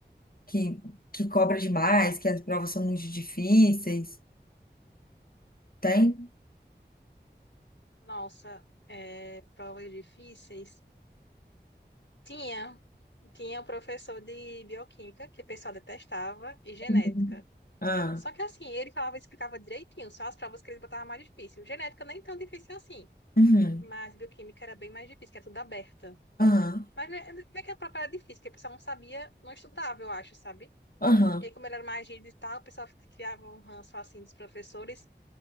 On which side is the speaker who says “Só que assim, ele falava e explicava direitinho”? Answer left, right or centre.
Left